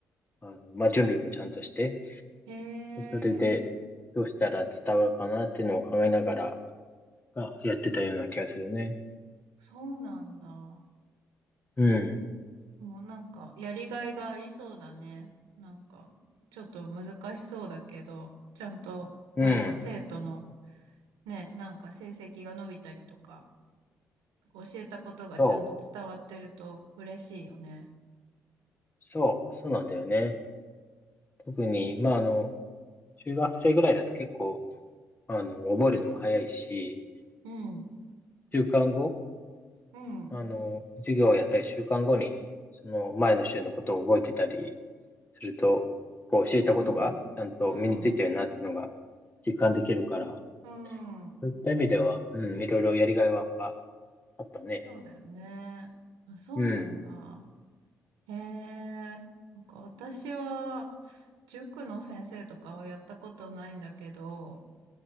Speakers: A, on the left; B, on the right.
A: あの、まあ、準備もちゃんとして、
B: へえ、
A: でそれで、どうしたら伝わるかなっていうのを考えながら、あ、やってたような気がするね。
B: そうなんだ。
A: うん。
B: もうなんか、やりがいがありそうだね。なんか、ちょっと難しそうだけど、ちゃんと、
A: うん。
B: なんか生徒の、ね、なんか成績が伸びたりとか、教えたことがちゃんと伝わってると嬉しいよね。
A: そう。そう。そうなんだよね。特に、まあ、あの、中学生ぐらいだと結構、あの、覚えるのも早いし、
B: うん、
A: 週間後、
B: うん、
A: あの、授業をやったり週間後に、その前の週のことを覚えてたりすると、こう教えたことがちゃんと身についたよなっていうのが
B: うん、うん、
A: 実感できるから、
B: うん。
A: そういった意味では、うん、いろいろやりがいはあったね。
B: そうだよね。あ、そうなんだ。
A: うん、
B: へえ。なんか私は塾の先生とかはやったことないんだけど、